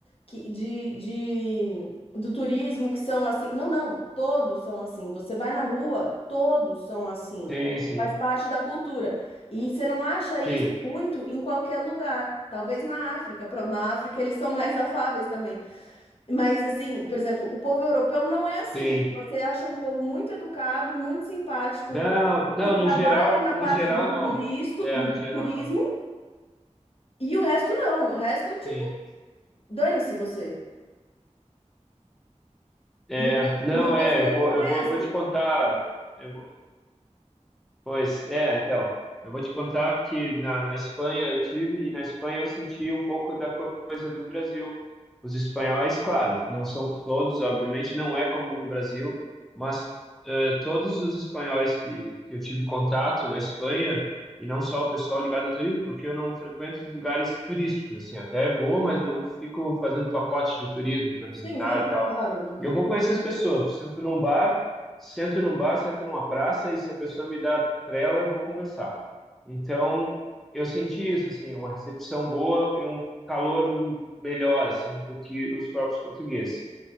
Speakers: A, on the left; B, in the centre.
A: que- de, de- do turismo que são assim. Não, não, todos são assim. Você vai na rua, todos são assim.
B: sim, sim,
A: Faz parte da cultura. E você não acha
B: sim,
A: isso muito em qualquer lugar. Talvez na África. Pronto, na África eles são mais afáveis também. Mas assim, por exemplo, o povo europeu não é assim.
B: sim.
A: Você acha um povo muito educado, muito simpático.
B: Não, não,
A: Que trabalha
B: no geral,
A: na parte
B: no geral
A: do
B: não.
A: turisto,
B: É,
A: do
B: no geral
A: turismo,
B: não.
A: e o resto não. O resto, tipo,
B: Sim.
A: dane-se você.
B: É,
A: E o, bra-
B: não
A: e o brasileiro
B: é, eu vou,
A: não
B: eu
A: é
B: vou, eu
A: assim.
B: vou te contar. Eu, Pois é, então, eu vou te contar que na, na Espanha eu tive e na Espanha eu senti um pouco da co- coisa do Brasil. Os espanhóis, claro, não são todos, obviamente, não é como no Brasil, mas eh, todos os espanhóis que, que eu tive contato na Espanha, e não só o pessoal ligado ao turismo, porque eu não frequento os lugares turísticos, assim, até vou, mas não fico fazendo pacote de turismo para visitar
A: Sim, sim,
B: e tal.
A: sim, claro. Não...
B: E eu vou conhecer as pessoas, sento num bar sento num bar, sento numa praça e se a pessoa me dá trela, eu vou conversar. Então, eu senti isso, assim, uma recepção boa e um calor m- melhor, assim, do que os próprios portugueses.